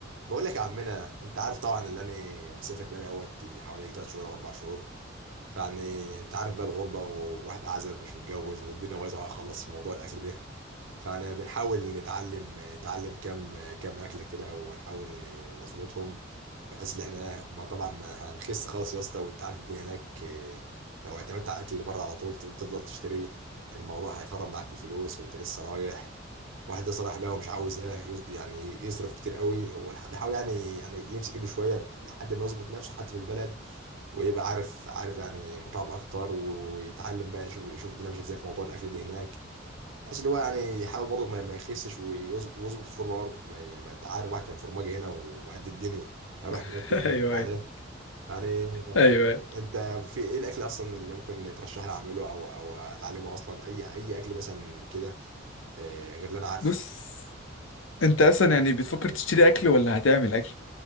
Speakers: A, on the right (about 75°); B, on the left (about 75°).
A: بقول لك يا عمنا انت عارف طبعا اللي انا مسافر بقالي اهوت حوالي 3 شهور او 4 شهور فيعني انت عارف بقى الغربه وواحد اعزب مش متجوز والدنيا بايظه خالص في موضوع الاكل ده فانا بنحاول نتعلم نتعلم كام كام اكله كده ونحاول ن- نظبطهم بحيث ان احنا ما طبعا ما هنخس خالص يا اسطى وانت عارف الدنيا هناك اه، لو اعتمدت على الاكل اللي بره على طول تفضل تشتري الموضوع هيخرب معاك في الفلوس وانت لسه رايح واحد ده صراحة بقى ومش عاوز ايه يز- يعني يصرف كتير قوي هو الح- بيحاول يعني يعني يمسك ايده شوية ب- لحد ما يظبط نفسه حتى في البلد ويبقى عارف عارف يعني مطاعم اكتر و- ويتعلم بقى يشوف يشوف الدنيا ماشية ازاي في موضوع الاكل ده هناك بحيث اللي هو يعني يحاول برضه ما ما يخسش ويظ- ويظبط الفورمة برضه ما, ي- ما انت عارف واحد كان فورماجي هنا وقد الدنيا اروح هناك
B: <laughs>
A: والدنيا
B: ايوه
A: عليه
B: ايوه
A: يعني
B: ايوه أيوة.
A: انت في ايه الاكل اصلا اللي ممكن ترشح لي اعمله او او اتعلمه اصلا اي اي اكل مثلا كده آه، غير اللي انا عارفه
B: بص انت اصلا يعني بتفكر تشتري اكل ولا هتعمل اكل